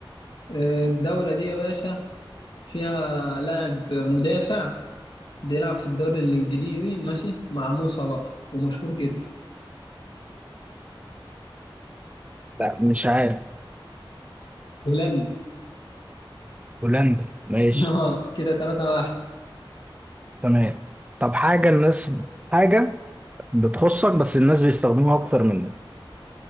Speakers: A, on the left; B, on the right.
A: آه، الدولة دي يا باشا فيها لاعب مدافع بيلعب في الدوري الإنجليزي ماشي مع مو صلاح ومشهور جدا
B: لا مش عارف
A: هولندي
B: هولندا ماشي
A: <laughs> اه كده تلاتة واحد
B: تمام طب حاجة الناس حاجة بتخصك بس الناس بيستخدموها أكتر منك